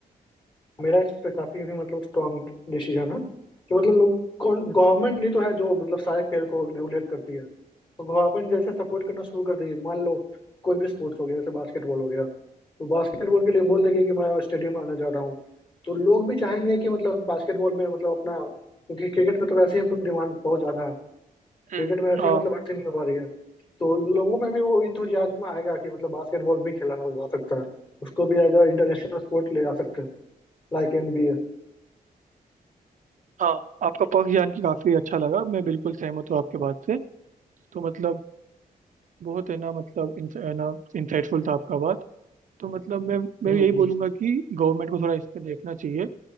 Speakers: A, on the left (about 35°); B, on the right (about 55°).
A: मेरा इस पे काफी भी मतलब स्ट्रांग डिसीजन है कि मतलब लोग गवर्नमेंट ही तो है जो मतलब सारे खेल को रेगुलेट करती है तो गवर्नमेंट जैसे सपोर्ट करना शुरू कर देगी मान लो कोई भी स्पोर्ट्स हो गया जैसे बास्केटबॉल हो गया तो बास्केटबॉल के लिए बोल देगी कि मैं स्टेडियम आने जा रहा हूँ तो लोग भी चाहेंगे कि मतलब बास्केटबॉल में मतलब अपना क्योंकि क्रिकेट में तो वैसे ही डिमांड बहुत ज्यादा है
B: हम्म
A: क्रिकेट में वैसे
B: हाँ
A: ही मतलब भर्ती नहीं हो पा रही है तो लोगों में भी वो इंथुजियाज्म आएगा कि मतलब बास्केटबॉल भी खेला जा सकता है उसको भी एज अ इंटरनेशनल स्पोर्ट ले जा सकते हैं लाइक एनबीए
B: हाँ आपका पक्ष जान के काफी अच्छा लगा मैं बिल्कुल सहमत हूँ आपके बात से तो मतलब बहुत है ना मतलब इन, है ना इंसाइटफुल था आपका बात तो मतलब मैं मैं
A: हुँ,
B: यही बोलूंगा
A: हुँ।
B: कि गवर्नमेंट को थोड़ा इस पे देखना चाहिए